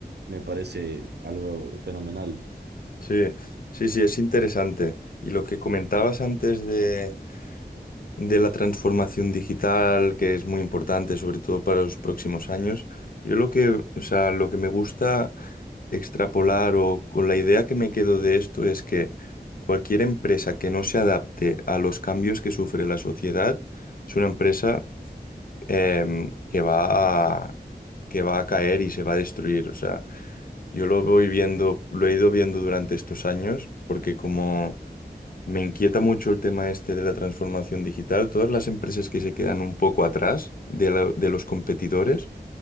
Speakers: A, on the right; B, on the left.
A: me parece algo fenomenal.
B: sí, sí, sí, es interesante. Y lo que comentabas antes de de la transformación digital, que es muy importante, sobre todo para los próximos años. Yo lo que, o sea, lo que me gusta extrapolar o con la idea que me quedo de esto es que cualquier empresa que no se adapte a los cambios que sufre la sociedad es una empresa em, que va a, que va a caer y se va a destruir. O sea, yo lo voy viendo, lo he ido viendo durante estos años, porque como me inquieta mucho el tema este de la transformación digital, todas las empresas que se quedan un poco atrás de, la- de los competidores